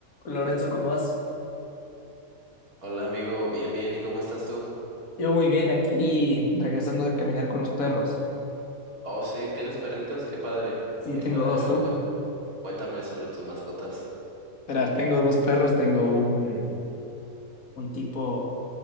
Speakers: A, on the left (about 75°); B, on the right (about 85°).
A: Lorenzo, ¿cómo vas?
B: Hola amigo, bien, bien, ¿y cómo estás tú?
A: Yo muy bien aquí, regresando de caminar con los perros.
B: Oh, sí, ¿tienes perritos? Qué padre,
A: Sí,
B: qué
A: tengo
B: padre.
A: dos,
B: A ver,
A: tú.
B: cuen- cuéntame sobre tus mascotas.
A: Verás, tengo dos perros, tengo un, un tipo,